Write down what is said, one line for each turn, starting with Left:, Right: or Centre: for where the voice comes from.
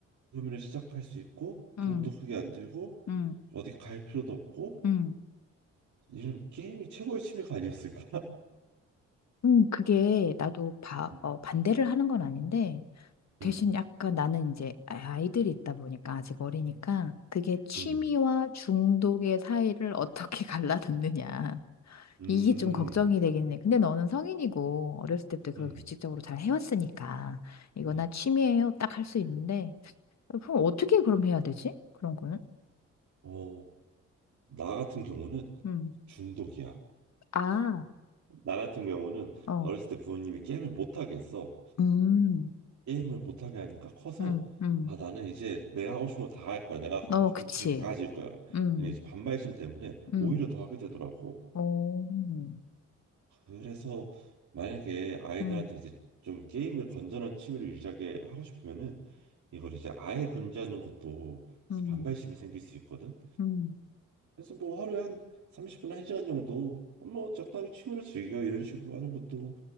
Right: 그러면 시작할 수 있고
Left: 응,
Right: 돈도 크게 안 들고
Left: 응,
Right: 어디 갈 필요도 없고
Left: 응.
Right: 이런 게임이 최고의 취미가 아니었을까?
Left: 음. 그게 나도 바,
Right: 음,
Left: 어,
Right: <laughs>
Left: 반대를 하는 건 아닌데, 대신
Right: 음,
Left: 약간 나는 이제 아이들이 있다 보니까 아직 어리니까, 그게 취미와
Right: 음,
Left: 중독의 사이를 어떻게 <laughs> 갈라놓느냐.
Right: 음,
Left: 이게 좀 걱정이 되겠네 근데 너는 성인이고, 어렸을 때부터 그걸
Right: 음.
Left: 규칙적으로 잘 해왔으니까, 이거
Right: 음.
Left: 나 취미예요. 딱 할 수 있는데, 그럼 어떻게 그럼 해야 되지? 그런 거는?
Right: 어, 나 같은 경우는
Left: 음.
Right: 중독이야.
Left: 아,
Right: 나 같은 경우는
Left: 어.
Right: 어렸을 때 부모님이 게임을 못하게 했어.
Left: 음,
Right: 게임을 못하게 하니까 커서
Left: 음, 음.
Right: 아 나는 이제 내가 하고 싶은 거 다 할 거야. 내가 갖고
Left: 어,
Right: 싶은
Left: 그치.
Right: 취미 다 가질 거야.
Left: 음,
Right: 이런 이제 반발심 때문에
Left: 음.
Right: 오히려 더 하게 되더라고.
Left: 어, 음,
Right: 그래서 만약에 아이들한테
Left: 음,
Right: 이제 좀 게임을 건전한 취미를 유지하게 하고 싶으면은 이걸 이제 아예 금지하는 것도 사실
Left: 음,
Right: 반발심이 생길 수 있거든.
Left: 음.
Right: 그래서 뭐 하루에 한 30분, 1시간 정도 뭐 적당히 취미로 즐겨 이런 식으로 하는 것도